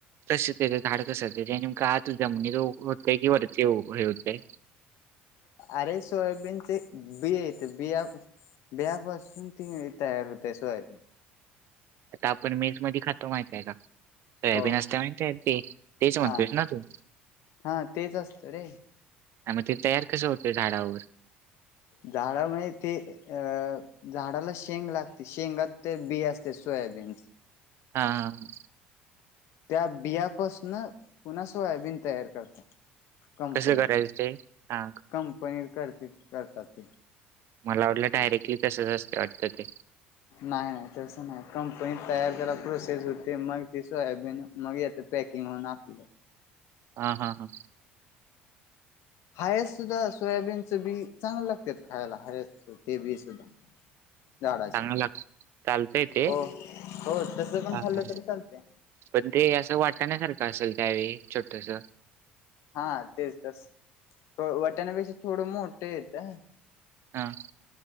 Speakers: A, on the right; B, on the left.
A: कसं त्याच झाड कशाच? ते नेमक आत जमिनीत होतय की, वरती हे होतेय.
B: अरे, सोयाबीनचे बी ये ते. बिया बियापासून ती तयार होते सोयाबीन.
A: आता आपण मेसमध्ये खातो, माहितय का? सोयाबीन
B: हो
A: असतंय माहितीय? ते तेच म्हणतोयस
B: हा
A: ना, तू?
B: हा तेच असतं रे
A: हां, मग ते तयार कसं होतय झाडावर?
B: झाडावर नाही ते अं झाडाला शेंग लागती. शेंगात ते बी असते, सोयाबीन.
A: हां हा हा.
B: त्या बियापासन पुन्हा सोयाबीन तयार करत्यात कंपनीत,
A: कसं करायचं ते हा
B: कंपनीत करतेत, करतात ते.
A: मला वाटलं डायरेक्टली तसंच, असतं वाटतं ते.
B: नाय तसं नाय कंपनी तयार करायला प्रोसेस होते, मग ते सोयाबीन मग येतात पॅकिंग होऊन आपलं.
A: हा हा हां.
B: हाय असं सुद्धा सोयाबीनचं बी चांगल लागत्यात खायला. हाय असं. ते बी सुद्धा झाडाची,
A: चांगलं लाग चालतंय ते
B: हो हो, तस पण
A: हा
B: खाल्लं
A: हा
B: तरी चालतंय.
A: पण ते असं वाटाण्यासारखं असेल, त्यावेळी छोटंस.
B: हां तेच तसं, वटाण्यापेक्षा थोडं मोठं येतं.
A: हां.